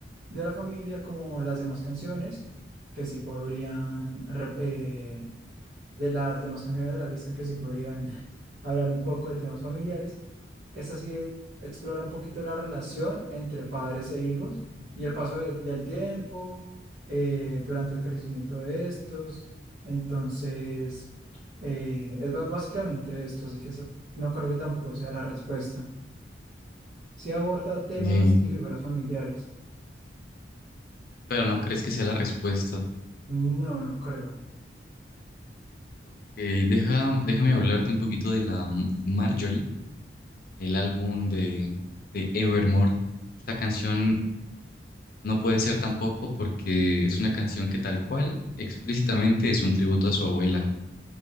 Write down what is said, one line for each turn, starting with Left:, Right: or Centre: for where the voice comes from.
Right: de la familia como las demás canciones, que sí podrían, rep- eh, de las demás canciones de la lista, que sí podrían <laughs> hablar un poco de temas familiares. Esta sí es- explora un poquito la relación entre padres e hijos y el paso de- del tiempo, eh, durante el crecimiento de estos. Entonces, eh, es bas- básicamente esto, así que eso no creo que tampoco sea la respuesta. Si aborda temas
Left: Sí.
Right: y figuras familiares.
Left: pero no crees que sea la respuesta.
Right: No, no creo.
Left: Ok, deja, déjame hablarte un poquito de la M- Marjorie, el álbum de, de Evermore. Esta canción no puede ser tampoco porque es una canción que tal cual explícitamente es un tributo a su abuela,